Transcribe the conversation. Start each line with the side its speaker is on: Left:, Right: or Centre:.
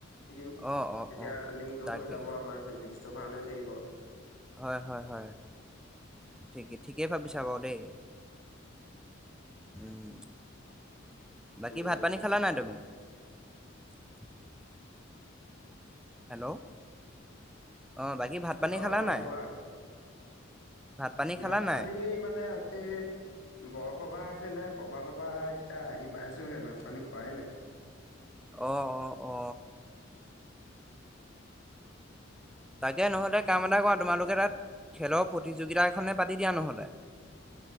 Left: দিম
Centre: অ' অ'
Left: এতিয়া
Centre: অ'
Left: ৰাণিংটো
Centre: তাকে
Left: হৈ যাব আমাৰ ফিজিক্স ভাল উ থাকিব
Centre: হয় হয় হয় ঠিক ঠিকেই ভাবিছা বাৰু দেই
Left: উম উম
Centre: উম বাকী ভাত পানী খালা নাই তুমি <inaudible> হেল্ল' অঁ বাকী ভাত পানী
Left: অ
Centre: খালা নাই
Left: কোৱা
Centre: পানী খালা
Left: ভাত
Centre: নাই
Left: পানী মানে আজি বৰসবাহ আছে ছিলে সবাহ সবাহ এতিয়া আহি পাইছোহে ভাত পানী খোৱাই নাই
Centre: অ অ অ তাকে নহলে কাম এটা কৰ তোমালোকে তাত খেলৰ প্ৰতিযোগিতা এখনে পাতি দিয়া নহ'লে